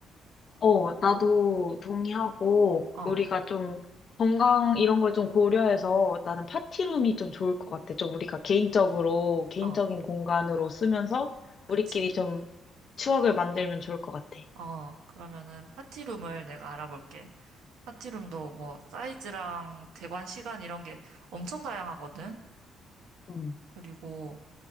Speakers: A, on the left (about 35°); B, on the right (about 85°).
A: 어, 나도 동의하고,
B: 어,
A: 우리가 좀 건강 이런 걸 좀 고려해서 나는 파티룸이 좀 좋을 것 같아. 좀 우리가 개인적으로, 개인적인
B: 어,
A: 공간으로 쓰면서
B: 그치.
A: 우리끼리 좀 추억을 만들면 좋을 것 같아.
B: 어, 그러면은 파티룸을 내가 알아볼게. 파티룸도 뭐 사이즈랑 대관 시간 이런 게 엄청 다양하거든?
A: 응,
B: 그리고